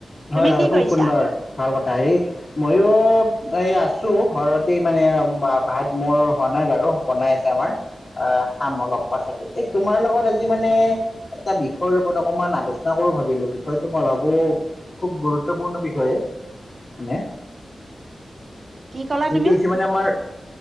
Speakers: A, on the left; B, on the right.
A: হয়
B: তুমি
A: হয়
B: কি
A: খুব
B: কৰিছা
A: সুন্দৰ ভাল কথা। হেৰি ময়ো এই আছো ঘৰতেই মানে ভাত মোৰ হোৱা নাই বাৰু বনাই আছে আমাৰ। আহ খাম অলপ পাছতে। ‌ এই তোমাৰ লগত আজি মানে- এটা বিষয়ৰ ওপৰত অকমান আলোচনা কৰো ভাবিলো, বিষয়টো মই ভাবো- খুব গুৰুত্বপূৰ্ণ বিষয় হয়নে?
B: কি ক'লা
A: সেইটো
B: তুমি
A: হৈছে মানে আমাৰ-